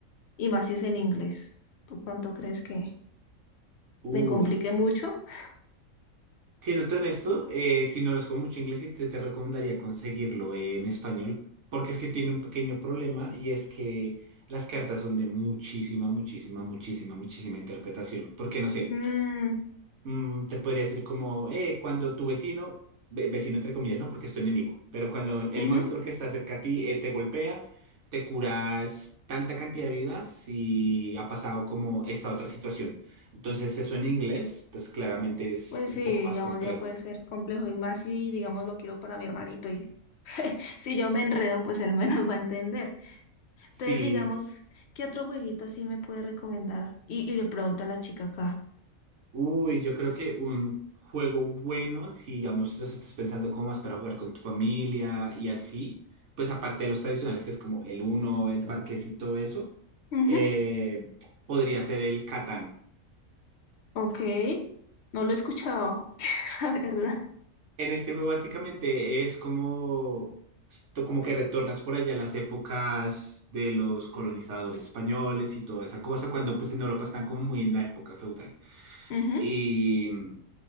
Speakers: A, on the left (about 60°); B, on the right (about 65°).
A: y más si es en inglés. ¿Tú cuánto crees que
B: Uh,
A: me complique mucho? <laughs>
B: siéndote honesto, eh, si no los con mucho inglés, sí te, te recomendaría conseguirlo en español. Porque es que tiene un pequeño problema y es que las cartas son de muchísima, muchísima, muchísima, muchísima interpretación. Porque no sé.
A: Mm,
B: mm, te podría decir como, eh, cuando tu vecino, ve- vecino entre comillas, ¿no? Porque es tu enemigo, pero cuando el
A: ujú.
B: monstruo que está cerca a ti eh, te golpea, te curas tanta cantidad de vidas si ha pasado como esta otra situación. Entonces eso en inglés, pues claramente es
A: Pues
B: un
A: sí,
B: poco más
A: digamos,
B: complejo.
A: ya puede ser complejo, y más si, digamos, lo quiero para mi hermanito, y <laughs> si yo me enredo, pues él menos <laughs> va a entender.
B: Sí.
A: Entonces, digamos, ¿qué otro jueguito así me puede recomendar? Y, y le pregunta a la chica acá.
B: Uy, yo creo que un juego bueno, si digamos los estás pensando como más para jugar con tu familia y así, pues aparte de los tradicionales que es como el Uno, el Parqués y todo eso,
A: Ujú,
B: eh, podría ser el Catán.
A: Ok, no lo he escuchado, <laughs> la verdad.
B: En este juego básicamente es como, esto como que retornas por allá a las épocas de los colonizadores españoles y toda esa cosa, cuando pues en Europa están como muy en la época feudal.
A: Ujú,
B: Y mm,